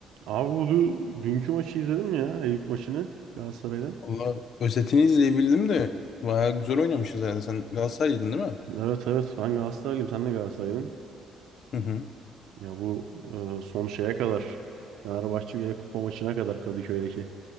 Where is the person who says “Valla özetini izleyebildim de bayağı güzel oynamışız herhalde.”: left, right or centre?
Left